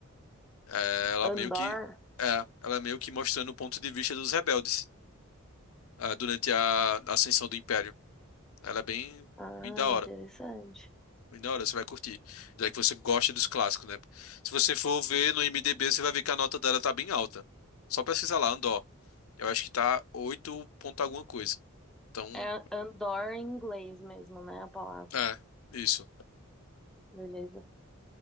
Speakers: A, on the left; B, in the centre.
A: É, ela
B: <laughs> Andor?
A: meio que, é, ela é meio que mostrando o ponto de vista dos rebeldes. ah, durante a ascensão do Império. Ela é bem,
B: Ah,
A: bem da hora.
B: interessante.
A: Bem da hora, você vai curtir. Já que você gosta dos clássicos, né? Se você for ver no IMDb, você vai ver que a nota dela tá bem alta. Só pesquisar lá, Andor. Eu acho que tá 8 ponto alguma coisa. Então,
B: É Andor em inglês mesmo, né? A palavra.
A: é, isso.
B: Beleza.